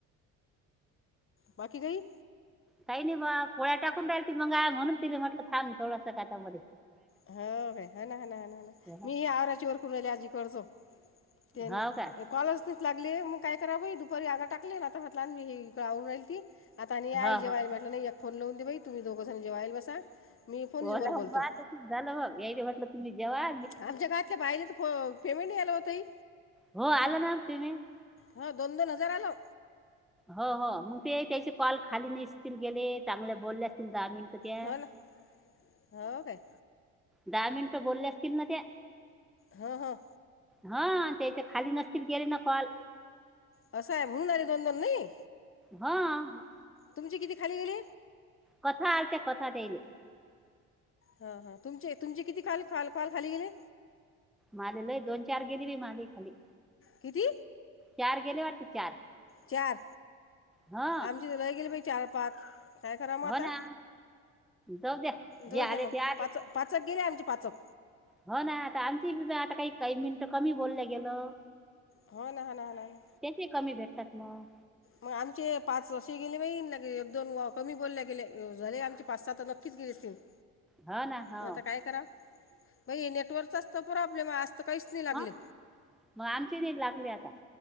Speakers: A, on the left (about 30°); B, in the centre.
A: बाकी काही
B: काही नाही बा पोळ्या टाकून राहील ती मग म्हणून तिला म्हटलं थांब थोडासा कातामध्ये.
A: हा काय हा ना हा ना हा ना
B: हा
A: मी ही आराची वर कुरयली आजी करतो. त्येन
B: हा का
A: कॉलसनीच लागले मग काय करा वई दुपारी आगा टाकले आता म्हटला मी हे का आवरून राहिल ती. आता आणि आई
B: हा
A: जेवायला
B: हो
A: म्हटलं नाही एक फोन लावून दे बाई तुम्ही दोघं जेवायला बसा. मी फोनवर
B: होला
A: बोलतो
B: वा तसच झालं मग याईडे म्हटलं तुम्ही जेव्हा
A: आमच्या गावातल्या बाईला तर पेमेंट नाही आलं ओ ताई.
B: हो आलं ना पेमेंट.
A: हा दोन दोन हजार आलो.
B: हो हो मग ते त्याचे कॉल खाली नसतील गेले चांगले बोलले असतील दहा मिनटं त्या.
A: हो ना हो काय?
B: दहा मिनिटं बोलले असतील ना ते.
A: हं हं.
B: हा त्याच्या खाली नसतील केले ना कॉल.
A: असं आहे म्हणून झाले दोन दोन नाही.
B: हा <unintelligible>
A: तुमचे किती खाली गेले
B: कथा असते कथा त्यायले.
A: हा, हा. तुमचे तुमचे किती काल कॉल कॉल खाली गेले?
B: माले लय दोन चार गेली री माले खाली.
A: किती?
B: चार गेले वाटते चार.
A: चार
B: हा
A: आमची तर लय गेली बाई चार पाच. काय करावं मग
B: हो
A: आता?
B: ना जाऊ द्या
A: जाऊ
B: जे
A: द्या
B: आले
A: मग
B: ते आले
A: पाच पाचक गेले आमचे पाचक.
B: हो ना आता आमची बी आता काही काही मिनिटं कमी बोलल्या गेलं.
A: हो ना हा ना हा ना हा ना.
B: त्यांचेही कमी भेटतात मग.
A: मग आमचे पाच असे गेले बाई आणि लगे एक दोन वा कमी बोलला गेले. अ झाले आमचे पाच सात नक्कीच गेले असतील. <inaudible>
B: हा ना हाव.
A: मग आता काय करा बई ये नेटवर्कचा असतो प्रॉब्लेम आज तर काहीच नाही लागले.
B: हा मग आमची नीट लागली आता.